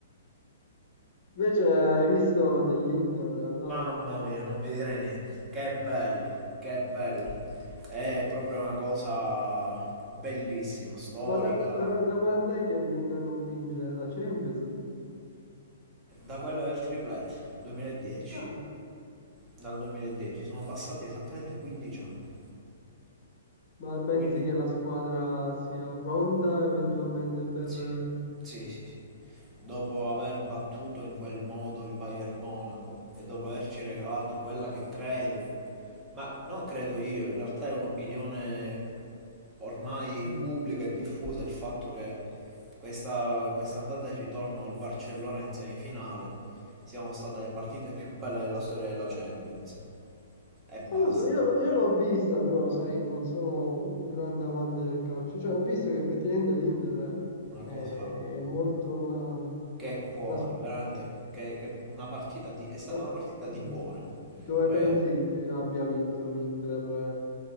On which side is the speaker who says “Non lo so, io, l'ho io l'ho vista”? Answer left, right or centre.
Left